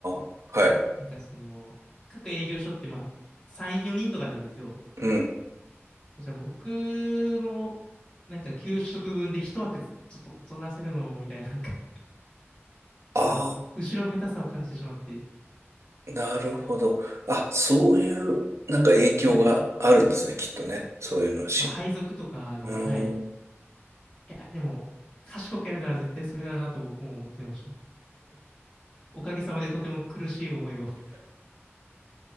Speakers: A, on the right (about 75°); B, on the left (about 15°).
A: あ、はい。
B: なんか、その、各営業所って、まあ、3、4人とかなんですよ。
A: うん。
B: そしたら僕の、なんか給食分で一枠ちょっと取らせるのもみたいな、なんか、<laughs> ちょっと、
A: あ
B: 後ろめたさを感じてしまって、
A: あ、なるほど。あ、そういう、なんか影響があるんですね、
B: はい。
A: きっとね。そういうのし。
B: まあ、配属とかには、
A: うーん。
B: はい。いや、でも、賢くやるなら絶対それだなと僕も思っていました。おかげさまでとても苦しい思いを <laughs>